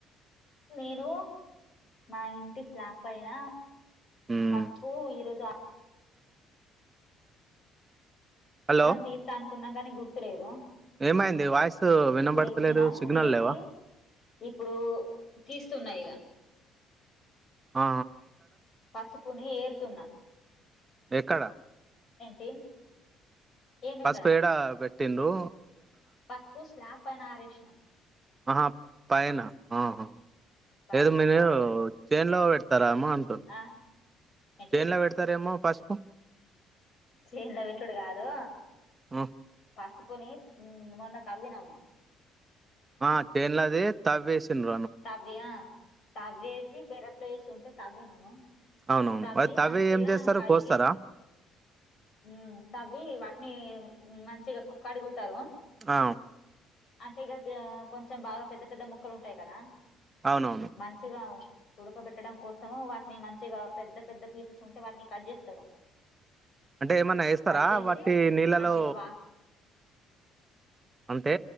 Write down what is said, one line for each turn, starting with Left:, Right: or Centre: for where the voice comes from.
Left: నేను మా ఇంటి స్లాప్ పైన
Right: మ్మ్
Left: పసుపు ఈరోజు
Right: హలో
Left: ఇరం తీస్తా అనుకున్నాం కాని గుర్తులేదు
Right: ఏమైంది వాయిస్ వినబడతలేదు
Left: ఇప్పుడు ఎక్కినాం
Right: సిగ్నల్
Left: మీ ఎక్కి
Right: లేవా
Left: ఇప్పుడు తీస్తున్న ఇక
Right: ఆ
Left: పసుపుని ఏరుతున్నా
Right: ఎక్కడ
Left: ఏంటి ఏమెక్కడ
Right: పసుపు ఏడ పెట్టి పెట్టిన్రూ
Left: పసుపు స్లాప్ పైన ఆరేసిన
Right: ఆహా పైన ఆహా
Left: పైన
Right: ఏదో మీరు
Left: పైన
Right: చేన్ లో పె వస్తారా అమ్ అంటున్నా
Left: ఆ ఏంటి
Right: చెన్లో పెడతారేమో పసుపు
Left: చెన్ల పెట్టుడు కాదు
Right: ఆ
Left: పసుపుని మొన్న తవ్వినము
Right: ఆ చెన్ల దే తవ్వి వేసిన్ల
Left: తవ్వి ఆ తవ్వి వేసి పెరట్లో వేసి ఉంటు తవ్వినమూ
Right: అవునవును
Left: తవ్వి
Right: అది
Left: మంచిగా
Right: ఏం చేస్తారు
Left: కడిగి
Right: కోస్తారా
Left: మ్మ్ తవ్వి వాటిని మ్మ్ మంచిగా కడుగుతారు
Right: ఆ
Left: అంటే ఇగా కొంచెం బాగా పెద్ద పెద్ద ముక్కలు ఉంటాయి కదా
Right: అవునవును
Left: మంచిగా ఉడకబెట్టడం కోసము వాటిని మంచిగా పెద్ద పెద్ద పీసెస్ ఉంటే వాటిని కట్ చేస్తారు
Right: అంటే ఏమన్నా ఏస్తారా
Left: కట్ చేసి
Right: వట్టి నీళ్ళలో
Left: మంచిగా వా
Right: అంటే